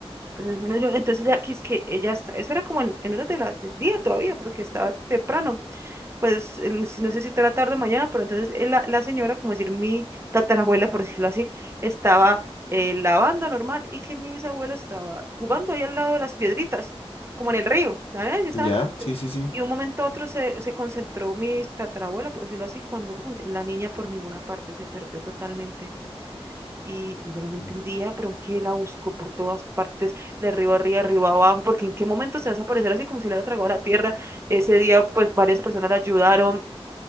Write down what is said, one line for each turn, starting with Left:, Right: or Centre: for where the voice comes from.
Right: Entonces, <laughs> bueno, yo- entonces ya que es que ella está, eso era como en, en horas de la, del día todavía, porque estaba temprano pues el- si no sé si era tarde o mañana, pero entonces eh, la, la señora, como decir mi tatarabuela, por <laughs> decirlo así, estaba eh, lavando normal y que mi bisabuelo estaba jugando ahí al lado de las piedritas, como en el río, ¿sabes? Ellos estaban-
Left: Ya, sí, sí, sí.
Right: Y un momento a otro se, se concentró mi tatarabuela, por decirlo así, cuando pum, la niña por ninguna parte se perdió totalmente. Y, y yo no la entendía,
Left: Mm,
Right: pero que la buscó por todas partes, de arriba arriba, arriba abajo, porque en qué momento se va a desaparecer así como si le hubiera tragado la tierra. Ese día, pues varias personas la ayudaron